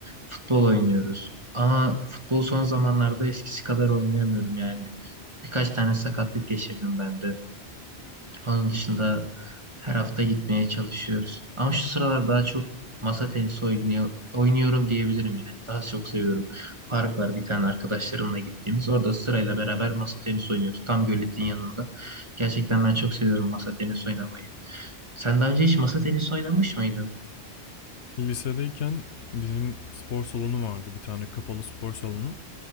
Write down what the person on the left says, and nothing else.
Lisedeyken bizim spor salonu vardı bir tane kapalı spor salonu.